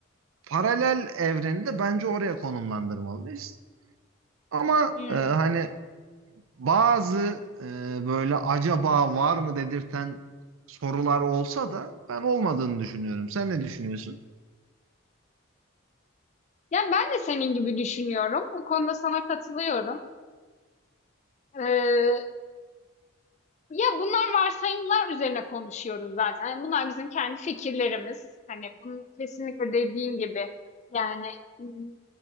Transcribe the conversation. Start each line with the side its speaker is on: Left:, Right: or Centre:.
Right: paralel evreni de bence oraya konumlandırmalıyız. Ama
Left: Hmm.
Right: e, hani bazı e, böyle acaba var mı dedirten sorular olsa da ben olmadığını düşünüyorum. Sen ne düşünüyorsun?
Left: Yani ben de senin gibi düşünüyorum. Bu konuda sana katılıyorum. Ee, ya bunlar varsayımlar üzerine konuşuyoruz zaten. Yani bunlar bizim kendi fikirlerimiz. Hani bunu kesinlikle dediğin gibi yani hmm,